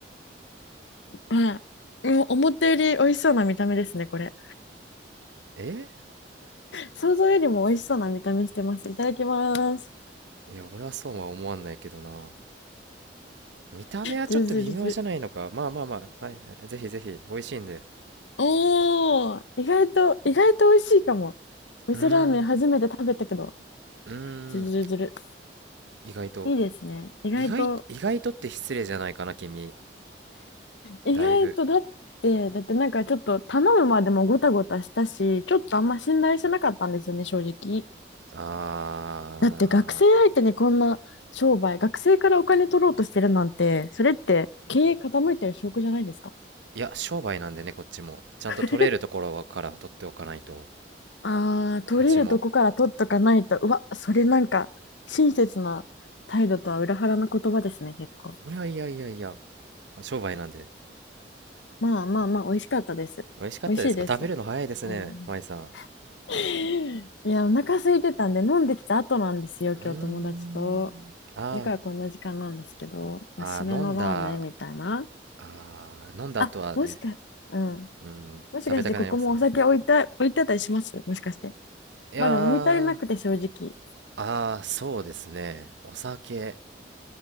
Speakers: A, on the left; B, on the right.
A: うんうん思ったより美味しそうな見た目ですね、これ。
B: え
A: 想像よりも美味しそうな見た目してます。いただきます。
B: いや俺はそうは思わんないけどな見た目はちょっと微妙じゃないのかまあまあまあはいぜひぜひ美味しいんで
A: ズルズルズル。おー、意外と、意外と美味しいかも。味噌ラーメン初めて食べたけど、
B: うーんうーん
A: ズルズルズル。
B: 意外と
A: いいですね。意外と、
B: 意外意外とって失礼じゃないかな君
A: 意外とだって、
B: だいぶ
A: だってなんかちょっと頼むまでもごたごたしたし、ちょっとあんま信頼してなかったんですよね、正直。
B: あ
A: だって学生相手にこんな商売、学生からお金取ろうとしてるなんて、それって経営傾いてる証拠じゃないですか。
B: ーいや商売なんでねこっちもちゃんと取れるところから取っておかないと
A: <laughs> ああ、取れるとこから取っとかないと、
B: うちも
A: うわ、それなんか親切な態度とは裏腹な言葉ですね、結構。
B: いやいやいやいや商売なんで。
A: まあまあまあ、美味しかったです。
B: 美味しかったですか食べるの早いですね、
A: 美味しいです。うん。
B: 舞さん。
A: <laughs> いや、お腹空いてたんで、飲んできた後なんですよ、
B: うーん。
A: 今日友達と。
B: あ
A: だからこんな時間なんですけど、まあ、
B: ーあー、
A: 締めのラーメンみたいな。
B: 飲んだ、あー飲んだ後はね、
A: あ、もしか、うん。
B: うん、
A: もしかしてここもお酒置いた、
B: 食べたくなりますね。
A: 置いてあったりしますもしかして。
B: いやー、
A: まだ飲み足りなくて正直。
B: あーそうですね。お酒。